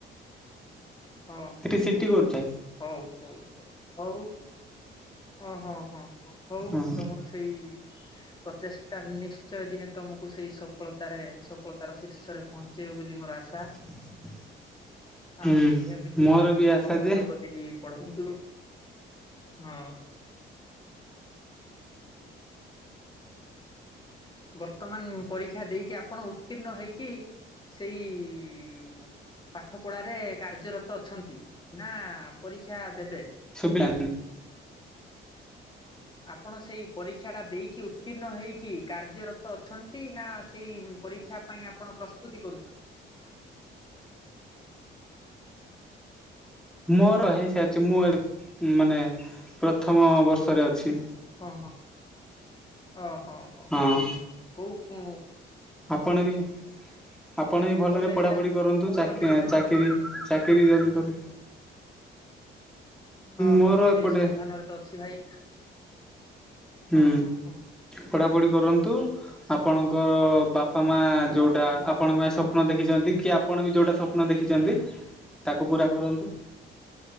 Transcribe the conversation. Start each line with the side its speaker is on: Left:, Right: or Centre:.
Left: ହ ହ
Centre: ସେଠି
Left: ହ
Centre: ସିଟି
Left: ହୋଉ
Centre: କରୁଛି
Left: ହୋଉ ହୋଉ ହୋଉ। ଓହଁ ହଁ ହଁ ହୋଉ
Centre: ହଁ
Left: ତମର ସେଇ ପ୍ରଚେଷ୍ଟା ନିଶ୍ଚୟ ଦିନେ ତମକୁ ସେଇ ସଫଳତାରେ, ସଫଳତାର ଶୀର୍ଷରେ ପହଞ୍ଚେଇବ ବୋଲି ମୋର ଆଶା।
Centre: <unintelligible> ହୁଁ
Left: ଆଉ ଏମିତି
Centre: ମୋର ବି ଆଶା
Left: ମନୋଜଗତ
Centre: ଯେ
Left: କି ପଢନ୍ତୁ, ହଁ। ବର୍ତ୍ତମାନ ପରୀକ୍ଷା ଦେଇକି ଆପଣ ଉତ୍ତୀର୍ଣ୍ଣ ହେଇକି, ସେଇ ପାଠ ପଢାରେ କାର୍ଯ୍ୟରତ ଅଛନ୍ତି, ନା ପରୀକ୍ଷା ଦେବେ?
Centre: ଶୁବିଲାନି।
Left: ଆପଣ ସେଇ ପରୀକ୍ଷାଟା ଦେଇକି ଉତ୍ତୀର୍ଣ୍ଣ ହେଇକି କାର୍ଯ୍ୟରତ ଅଛନ୍ତି, ନା ସେଇ ପରୀକ୍ଷା ପାଇଁ ଆପଣ ପ୍ରସ୍ତୁତି କରୁଚନ୍ତି।
Centre: ମୋର ହେଇସାରିଚି, ମୁଁ ଏ ମାନେ ପ୍ରଥମ ବର୍ଷରେ ଅଛି।
Left: ଓ ହୋ, ଓ ହୋ।
Centre: ହଁ।
Left: କୋଉ କୁଁ
Centre: ଆପଣ ବି, ଆପଣ ବି ଭଲରେ
Left: କଲେଜ
Centre: ପଢ଼ାପଢ଼ି
Left: ଟା
Centre: କରନ୍ତୁ,
Left: କୋଉ
Centre: ଚାକି
Left: କଲେଜ ଭାଇ
Centre: ଚାକିରି ଚାକିରି ବି ଜଲ୍ଦି କରୁ।
Left: ହଁ
Centre: ମୋର
Left: ହଁ ସେଇ
Centre: ଏପଟେ
Left: ସନ୍ଧାନରେ ତ ଅଛି ଭାଇ।
Centre: ହୁଁ,
Left: ହଁ ହଁ ହଁ।
Centre: ପଢ଼ାପଢ଼ି କରନ୍ତୁ, ଆପଣଙ୍କର ବାପ୍ ପା ମା
Left: ହଁ।
Centre: ଯୋଉଟା, ଆପ୍ ଆପଣଙ୍କ ପାଇଁ ସ୍ୱପ୍ନ ଦେଖିଚନ୍ତି, କି ଆପଣ ବି ଯୋଉଟା ସ୍ୱପ୍ନ ଦେଖିଚନ୍ତି, ତାକୁ ପୁରା କରନ୍ତୁ।